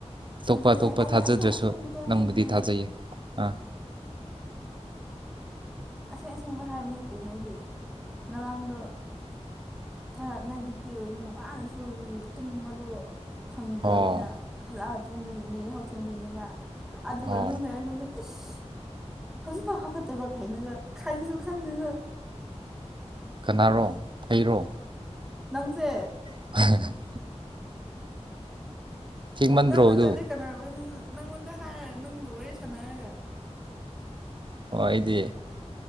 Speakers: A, on the right; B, in the centre.
A: ꯑꯇꯣꯞꯄ
B: ꯑꯗꯨꯅꯦ
A: ꯑꯇꯣꯞꯄ
B: ꯑꯩꯗꯤ
A: ꯊꯥꯖꯗ꯭ꯔꯁꯨ
B: ꯑꯁꯦꯡ ꯑꯁꯦꯡꯕꯗꯣ
A: ꯅꯪꯕꯨꯗꯤ
B: ꯍꯥꯏꯕꯅꯦ
A: ꯊꯥꯖꯩꯌꯦ ꯑꯥ
B: ꯑꯁꯦꯡ ꯑꯁꯦꯡꯕ ꯍꯥꯏꯕꯅꯤ ꯀꯩꯅꯣ ꯍꯥꯏꯗꯤ ꯉꯔꯥꯡꯗꯣ ꯊꯔ ꯅꯥꯏꯟꯇꯤꯛꯇꯤ ꯑꯣꯏꯕꯅꯤꯅ ꯋꯥꯅ ꯁꯨꯨꯕꯒꯤ ꯇꯨꯝꯕꯗꯣ ꯐꯪꯗ꯭ꯔꯕꯅꯤꯅ
A: ꯑꯣ
B: ꯍꯜꯂꯛꯑꯒ ꯇꯨꯝꯕꯒꯤꯅꯦ ꯏꯍꯥꯎ ꯊꯦꯡꯕꯒꯤꯅꯦꯕ ꯑꯗꯨꯒ
A: ꯑꯣ
B: ꯅꯅꯦ ꯑꯩꯉꯣꯟ ꯏꯁ ꯍꯧꯖꯤꯛꯐꯥꯎ ꯍꯧꯒꯠꯇꯕ ꯀꯥꯏꯅꯒ ꯈꯪꯁꯨ ꯈꯥꯡꯗꯅ
A: ꯀꯅꯥꯔꯣ ꯑꯩꯔꯣ
B: ꯅꯪꯁꯦ
A: <unintelligible> ꯊꯦꯡꯃꯟꯗ꯭ꯔꯣ
B: ꯅꯪ ꯅꯠꯇꯗꯤ
A: ꯑꯗꯨ
B: ꯀꯅꯥ ꯑꯣꯏꯗꯣꯏ ꯅꯪꯉꯣꯟꯗ ꯍꯥꯏꯔ ꯅꯪꯒ ꯋꯥꯔꯤ ꯁꯥꯟꯅꯔꯒ
A: ꯍꯣꯏ ꯑꯩꯗꯤ